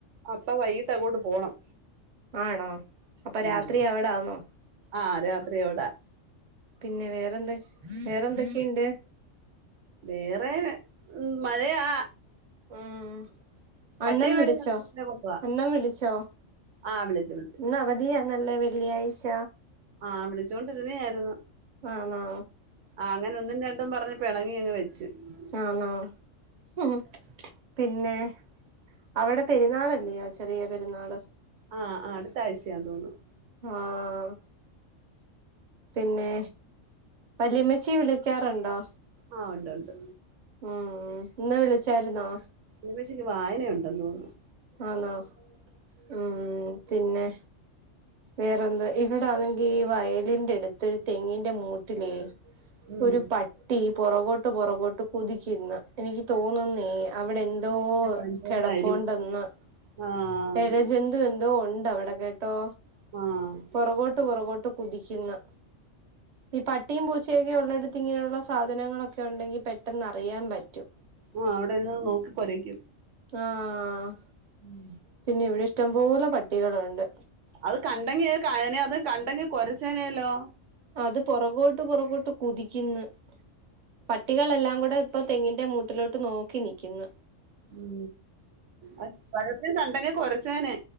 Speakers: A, on the right; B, on the right.
A: അപ്പം വൈകിട്ട് അങ്ങോട്ട് പോണം
B: ആണോ അപ്പൊ
A: ഉം
B: രാത്രി അവിടെ ആന്നോ
A: ആഹ് രാത്രി അവിടാ
B: പിന്നെ വേറെന്ത്‌ വേറെ എന്തൊക്കെയുണ്ട്
A: വേറെ മഴയാ
B: ആഹ് അണ്ണം
A: പറ്റിയ വേളയില്
B: വിളിച്ചോ
A: കൊണ്ടുവാ
B: അണ്ണം വിളിച്ചോ
A: ആഹ് വിളിച്ചു വിളിച്ചു
B: ഇന്നാ അവധിയാണല്ലെ വെള്ളിയാഴ്ച
A: ആഹ് വിളിച്ചോണ്ട് വരുന്നേ ആയിരുന്നു.
B: ആണോ
A: ആഹ് അങ്ങന ഒന്നും രണ്ടും പറഞ്ഞു പിണങ്ങിയങ്ങ് വരും ചെന്ന്
B: ആണോ ഉം പിന്നെ അവിടെ പെരുന്നാളല്ലയോ ചെറിയ പെരുന്നാള്
A: ആഹ് ആഹ് അടുത്താഴ്ചയാന്ന് തോന്നുന്നു
B: ആഹ് പിന്നെ വല്ലിയമ്മച്ചിയെ വിളിക്കാറുണ്ടോ
A: ആഹ ഉണ്ട് ഉണ്ട്
B: ഉം ഇന്ന് വിളിച്ചായിരുന്നോ
A: അമച്ചക്ക് വായനുണ്ടെന്ന് തോന്നുന്നു
B: അന്നോ ആഹ ഉം പിന്നെ വേറെന്തോ ഇവിടാണെങ്കി ഈ വയലിന്റെട്ത്ത് തെങ്ങിന്റെ മൂട്ടില്
A: ഉം
B: ഒരു പട്ടി പുറകോട്ട് പുറകോട്ട് കുതിക്കുന്ന എനിക്ക് തോന്നുന്നെയ്യ അവിടെ എന്തോ
A: കണ്ടോണ്ടായിരിക്കും
B: കിടപ്പുണ്ടെന്നോ
A: ആഹ്
B: ഇഴജന്തു എന്തോ എതോ ഉണ്ട് അവിട കേട്ടോ
A: ആഹ്
B: പുറകോട്ട് പുറകോട്ട് കുതിക്കുന്ന ഈ പട്ടിയും പൂ ശരിഉള്ളിടുത്ത് ഇങ്ങനെയുള്ള സാധനങ്ങളൊക്കെ ഉണ്ടെങ്കിൽ പെട്ടെന്ന് അറിയാൻ പറ്റും
A: ആഹ് അവ്ടെന്ന് നോക്കി കൊരക്യും
B: ആഹ്
A: ഉം
B: പിന്നെ ഇവിടെ ഇഷ്ടംപോലെ പട്ടികളുണ്ട്
A: അത് കണ്ടെങ്കി കയനെ അത് കണ്ടെങ്കി കൊരച്ചേനെല്ലോ
B: അത് പൊറകോട്ട് പൊറകോട്ട് കുതിക്യിന്ന് പട്ടികളെല്ലാങ്കുടെപ്പൊ തെങ്ങിന്റെ മൂട്ടിലോട്ട് നോക്കി നിക്യുന്ന
A: ഉം അഹ് പഴത്തിന് തണ്ടെങ്ങെ കൊരച്ചേനേ